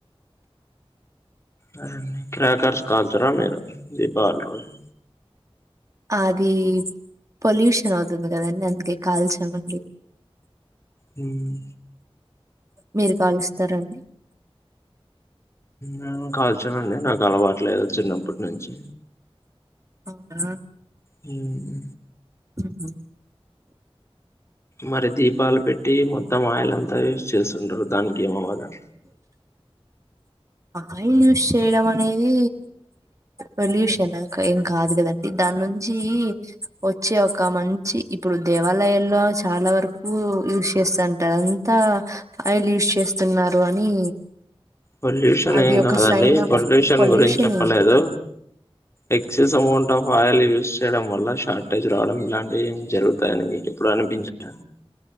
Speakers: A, on the left; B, on the right.
A: అరేని క్రాకర్స్ కాల్చరా మీరు దీపావల్ రోజు
B: ఆది పొల్యూషన్ అవుతుంది కదండి అందుకే కాల్చమండి
A: హ్మ్
B: మీరు కలుస్తారా అండి
A: నేను కాల్చునండి నాకు అలవాట్లేదు చిన్నప్పట్ నుంచి
B: అవునా
A: హ్మ్
B: ఉహు.
A: మరి దీపాల్ పెట్టి మొత్తం ఆయిల్ అంతా వేస్ట్ చేస్తుంటారు దానికి ఏం అవ్వాలి ద
B: ఆయిల్ యూస్ చేయడం అనేది పొల్యూషన్ నంక ఏం కాదు కదండి ద నుంచీ వచ్చే ఒక మంచి ఇప్పుడు దేవాలయాల్లో చాలా వరకు యూస్ చేస్తాంట టంత ఆయిల్ యూస్ చేస్తున్నార్ అని టారుంతా ఆయిల్ యూస్ చేస్తున్నారు అని
A: పొల్యూషన్
B: అది
A: ఏం
B: ఒక
A: కాదండి
B: సైన్ ఆఫ్
A: పొల్యూషన్
B: పొల్యూషన్
A: గురిం చెప్పిదు చెప్పలేదు ఎక్సెస్ అమౌంట్ ఆఫ్ ఆయిల్ చేయడం వల్ల షార్టేజ్ రావడం ఇలాంటివి ఏం జరుగుతాయని మీకు ఎప్పుడు అనిపించలే